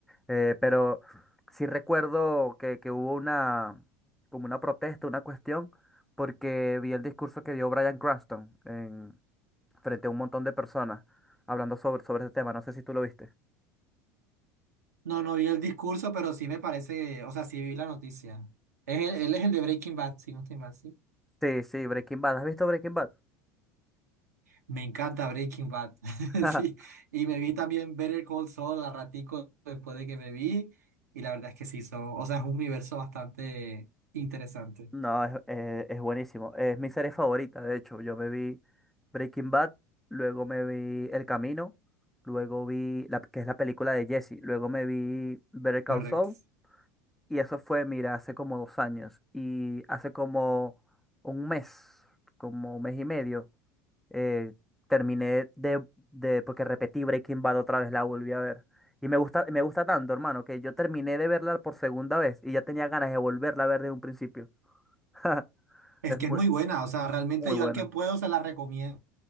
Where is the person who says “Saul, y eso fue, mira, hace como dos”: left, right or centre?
Centre